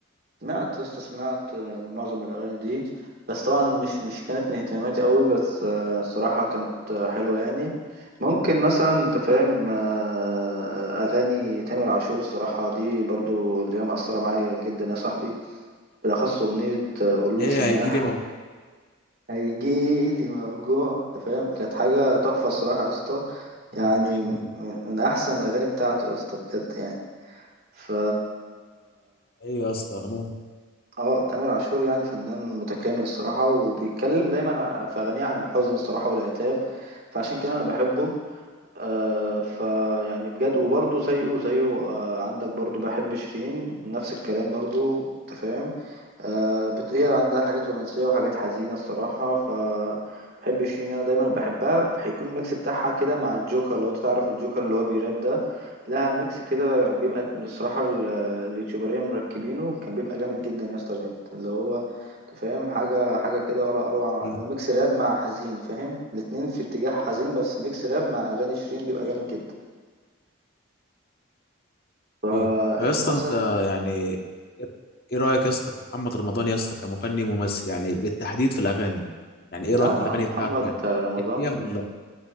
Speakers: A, on the right; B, on the left.
A: سمعت يا اسطى سمعت آه، معظم الأغاني دي بس طبعا مش مش كانت من اهتماماتي قوي بس آه، الصراحة كانت آه، حلوة يعني ممكن مثلا أنت فاهم آه، آه، أغاني تامر عاشور الصراحة دي برضو اللي هي مأثرة معايا جدا يا صاحبي بالأخص أغنية آه، قولوله
B: هي
A: سماح
B: هيجي لي موجود
A: هيجيلي موجوع أنت فاهم كانت حاجة تحفة الصراحة يا اسطى
B: في
A: يعني
B: عيني.
A: من من أحسن الأغاني بتاعته يا اسطى بجد يعني ف
B: ايوه يا اسطى اغنيه
A: اه تامر عاشور يعني فنان متكامل الصراحة وبيتكلم دايما عن- في أغانيه عن الحزن الصراحة والعتاب فعشان كده أنا بحبه آه فيعني بجد وبرضه زيه زيه آه عندك برضه بحب شيرين نفس الكلام برضه انت فاهم آه بت... هي عندها حاجات رومانسية وحاجات حزينة الصراحة ف بحب شيرين أنا دايما وبحبها هيكون الميكس بتاعها كده مع الجوكر لو أنت تعرف الجوكر اللي هو بيراب ده لها ميكس كده بيبقى الصراحة ال- اليوتيوبرية مركبينه كان بيبقى جامد جدا يا اسطى بجد اللي هو انت فاهم حاجة حاجة كده ولا أروع
B: كتير
A: لو ميكس راب مع حزين فاهم الاتنين في اتجاه حزين بس ميكس راب مع أغاني شيرين بيبقى جامد جدا فأنت
B: كتير طب يا اسطى
A: مثلا
B: انت يعني ايه إيه رايك يا اسطى في محمد رمضان يا اسطى كمغني وممثل يعني بالتحديد في الاغاني يعني ايه
A: لا
B: رايك في الاغاني
A: محمد
B: بتاعته يعني
A: رمضان
B: بترتاح فيها ولا